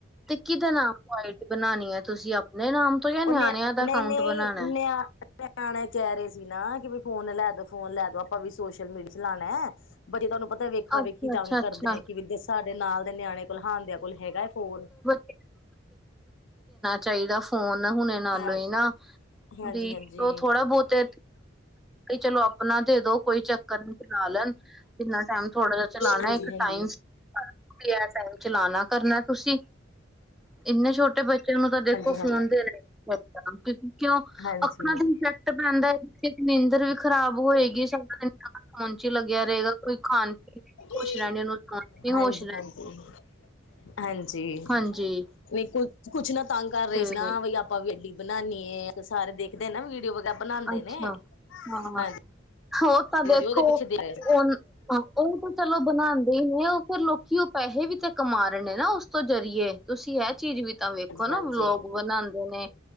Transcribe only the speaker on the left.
ਉਹ ਨਿ
ਨਹੀਂ-ਨਹੀਂ,
ਮੈ ਨਿਆਣੇ ਕਹਿ ਰਹੇ ਸੀ, ਨਾ ਕਿ ਵੀ ਫੋਨ ਲੈ ਦੋ ਫੋਨ ਲੈ ਦੋ ਆਪਾਂ ਵੀ ਸੋਸ਼ਲ ਮੀਡੀਆ ਚਲਾਉਣਾ ਏ। ਬੱਚੇ ਤੁਹਾਨੂੰ ਪਤਾ ਵੇਖਾ
ਵੇਖੀ ਤੰਗ
ਕਰਦੇ ਆ, ਕਿ ਸਾਡੇ ਨਾਲ ਦੇ ਨਿਆਣੇ ਕੋਲ ਹਾਂਨ ਦਿਆ ਕੋਲ ਹੈਗਾ ਫੋਨ,
ਹਾਂ
ਹਾਂਜੀ
ਹਾਂਜੀ
ਹਾਂਜੀ
ਹਾਂਜੀ ਹਾਂਜੀ
ਹਾਂਜੀ
ਹਾਂਜੀ
ਹਾਂਜੀ-ਹਾਂਜੀ।
ਹਾਂਜੀ,
ਨਈ ਕੁ ਕੁਛ ਨਾ ਤੰਗ ਕਰ ਰਹੇ
ਸੀ ਨਾ ਬ ਆਪ ਆਪਾਂ ਵੀ ਏਡੀ ਬਣਾਣੀਏ, ਸਾਰੇ ਦੇਖਦੇ ਨਾ ਵੀਡੀਓ ਵਗੈਰਾ ਬਣਾਂਦੇ
ਨੇ।
ਹਾਂਜੀ
ਉਹਦੇ ਪਿੱਛੇ ਦੇ ਹਾਂਜੀ
ਹਾਂਜੀ